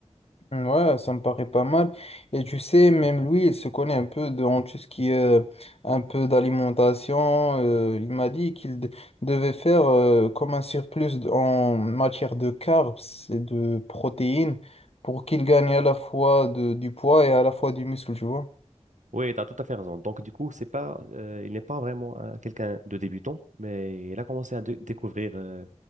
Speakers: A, on the left; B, on the right.
A: Ouais, ça me paraît pas mal. Et tu sais, même lui, il se connaît un peu dans tout ce qui est un peu d'alimentation. euh, il m'a dit qu'il de- devait faire euh, comme un surplus de- en matière de carbs et de protéines pour qu'il gagne à la fois de, du poids et à la fois du muscle, tu vois.
B: Oui, tu as tout à fait raison. Donc, du coup, c'est pas, euh, il n'est pas vraiment euh, quelqu'un de débutant, mais il a commencé à dé- découvrir euh,